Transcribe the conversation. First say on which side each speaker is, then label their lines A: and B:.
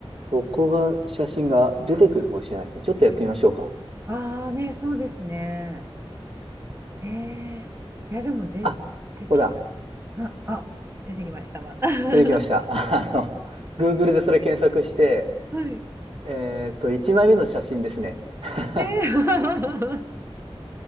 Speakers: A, on the right (about 90°); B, on the right (about 25°).
A: ここが、写真が出てくるかもしれないですね。ちょっとやってみましょうか。
B: ああ、ね、そうですね。ええいや、でも出てきそ
A: あ、ここだ。
B: う。な、あ、出てきましたわ。<laughs> は
A: 出てきました。<laughs> あの、Google でそれ検索して、
B: い。
A: えーっと、1枚目の写真ですね。<laughs>
B: ええ <laughs>